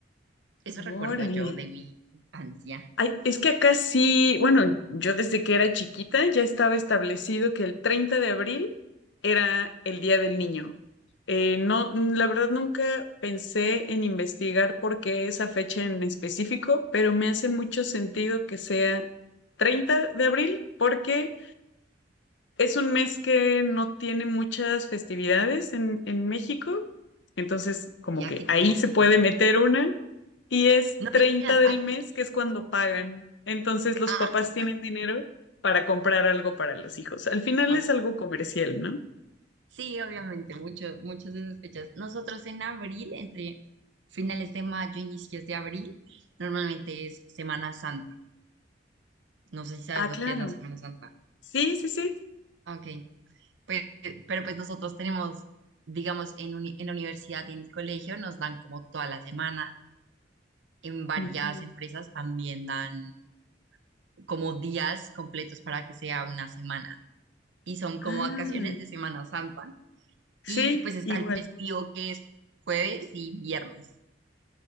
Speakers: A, on the right; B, on the left.
A: Eso recuerdo
B: Órale.
A: yo de mi infancia.
B: Ay, es que acá sí, bueno, yo desde que era chiquita ya estaba establecido que el 30 de abril era el Día del Niño. Eh, no, mm, la verdad nunca pensé en investigar por qué esa fecha en específico, pero me hace mucho sentido que sea 30 de abril porque es un mes que no tiene muchas festividades en, en México, entonces como
A: Sí, aquí
B: que
A: tampoco
B: ahí se puede
A: creo.
B: meter una y es
A: No
B: 30
A: mentiras,
B: del
A: aquí
B: mes,
A: sí.
B: que es cuando pagan. Entonces los
A: Ah,
B: papás
A: <laughs>
B: tienen dinero para comprar algo para los hijos. Al final
A: ahora.
B: es algo comercial, ¿no?
A: Sí, obviamente, mucho, muchas de esas fechas. Nosotros en abril, entre finales de mayo, inicios de abril, normalmente es Semana Santa. No sé si sabes
B: Ah,
A: lo
B: claro.
A: que es la Semana Santa.
B: Sí, sí, sí.
A: Ah, Ok, pues, pero pues nosotros tenemos, digamos, en, uni- en la universidad y en el colegio nos dan como toda la semana. En varias
B: Ujú.
A: empresas también dan como días completos para que sea una semana. Y son como
B: Ah,
A: vacaciones de Semana Santa.
B: sí,
A: Y pues está
B: igual.
A: el festivo que es jueves y viernes,